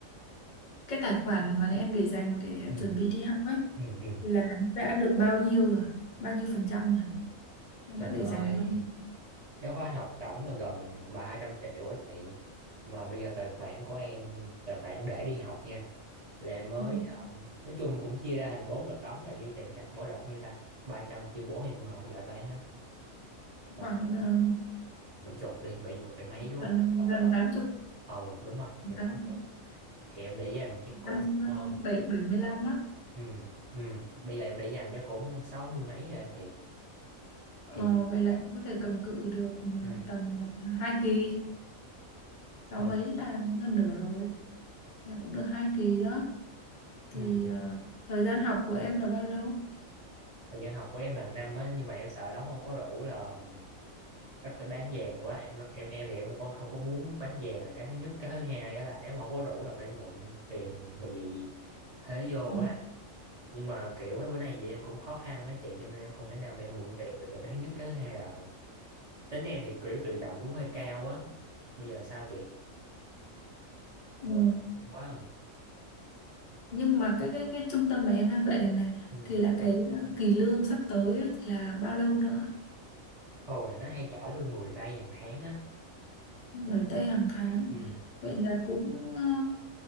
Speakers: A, on the left (about 55°); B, on the right (about 50°).
A: cái tài khoản mà em để dành để
B: ừ,
A: chuẩn bị đi học ấy
B: ừ, ừ.
A: là đã được bao nhiêu rồi? Bao nhiêu phần trăm rồi? Em
B: trời
A: đã để
B: ơi
A: dành được bao nhiêu?
B: cái khóa học tổng là gần 300 triệu á chị mà bây giờ tài khoản của em tài khoản để đi học nha là em mới
A: Ừ.
B: um, nói chung là cũng chia ra thành bốn đợt đóng là nhiêu tiền ta mỗi đợt nhiêu ta ba trăm chia bốn em mà không giỏi toán lắm tầm
A: khoảng ờ,
B: bảy chục đi bảy chục bảy mấy đúng
A: gần
B: không đợt
A: gần
B: là đóng
A: tám chục
B: ờ đúng rồi gần
A: tám
B: 80
A: chục
B: thì em để dành chắc
A: năm
B: cũng ờ,
A: bảy bảy mươi lăm đó
B: ừ ừ bây giờ em để dành chắc cũng sáu mươi mấy rồi á chị
A: ờ,
B: thì
A: vậy là em có thể cầm cự được ờ,
B: ừ
A: tầm hai kỳ sáu
B: ờ,
A: mấy là gần nửa rồi là cũng được hai kỳ đó thì
B: ừ
A: ờ, thời gian học của em là bao lâu
B: thời gian học của em là năm á nhưng mà em sợ đóng không có đủ là ừm, chắc phải bán vàng quá em em em thì em không có không có muốn bán vàng là cái thứ nhất cái thứ hai á là nếu mà không có đủ là phải mượn tiền bởi vì thế vô
A: Ờ.
B: quá nhưng mà kiểu mấy bữa nay chị em cũng khó khăn á chị cho nên em không thể nào mà em mượn tiền được rồi cái thứ nhất cái thứ hai là tính em thì kiểu tự trọng cũng hơi cao á bây giờ sao chị Ờ,
A: Ừ.
B: hay quá à.
A: Nhưng mà cái cái cái trung tâm mà em đang dạy này này
B: ừ.
A: thì là cái kỳ lương sắp tới ấy, thì là bao lâu nữa?
B: Ồ là nó hay trả lương 10 tây hàng tháng á
A: Gửi Tây hàng tháng.
B: ừ.
A: Vậy là cũng ờ,